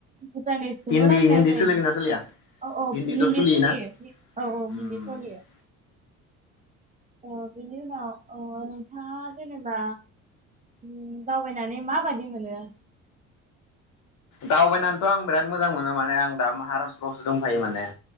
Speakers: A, on the right; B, on the left.
A: भुटानिसखौनो
B: हिन्दी
A: रायलायनाय
B: हिन्दी
A: जायोमोन
B: सोलिगोन ना
A: दा
B: सोलिया
A: औ औ
B: हिन्दीथ'
A: हिन्दी
B: सोलियोना
A: सोलियो औ औ
B: उम
A: हिन्दी सलियो अ बेनि उनाव अ नोंथाङा जेनेबा उम दावबायनानै माबादि मोनो
B: दावबायनानैथ आं बिराद मोजां मोनो माने आं दा महाराष्ट्रआवसो दंफायो माने